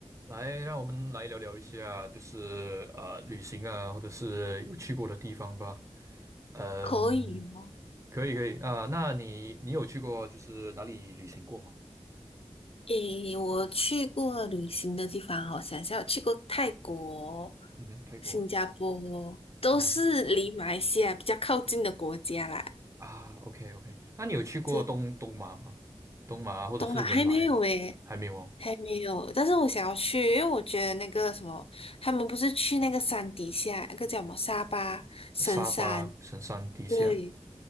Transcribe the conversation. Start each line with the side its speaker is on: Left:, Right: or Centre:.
Right: 来，让我们来聊聊一下，就是呃，旅行啊，或者是有去过的地方吧。嗯，
Left: 可以吗？
Right: 可以可以啊，那你你有去过就是哪里旅行过吗？
Left: 诶，我去过旅行的地方哦，好想一下，我去过泰国、
Right: 嗯哼，泰国、
Left: 新加坡，都是离马来西亚比较靠近的国家啦。
Right: 新加坡啊，OK OK，那你有去过东东马吗？
Left: 就
Right: 东马啊或者是文莱啊？
Left: 东马还没有诶，
Right: 还没有哦，
Left: 还没有。但是我想要去，因为我觉得那个什么，他们不是去那个山底下，那个叫什么沙巴神山，
Right: 沙巴、神山、地下。
Left: 对，